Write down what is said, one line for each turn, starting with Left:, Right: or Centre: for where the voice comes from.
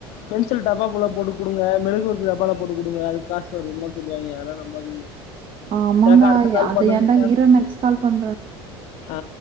Left: பென்சில் டப்பாகுள்ள போட்டு குடுங்க மெழுகுவத்தி டப்பா போட்டு குடுங்க அதுக்கு காசு வரும்ல சொல்லுவாய்ங்க அதலா நம்பாதீங்க
Right: ஆமான்டா
Left: சரிக்கா அடுத்த கால்
Right: அது
Left: பண்ணுங்கக்கா
Right: ஏன்டா ஈரான் எக்ஸ் கால் பண்ற
Left: ஆ